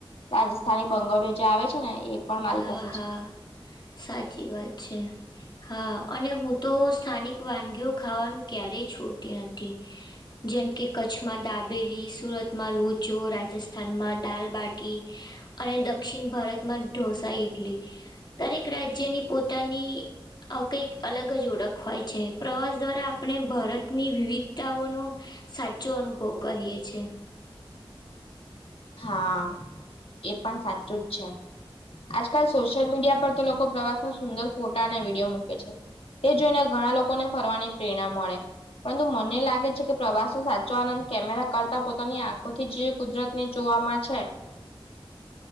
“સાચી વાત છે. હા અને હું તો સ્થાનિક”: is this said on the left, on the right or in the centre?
Left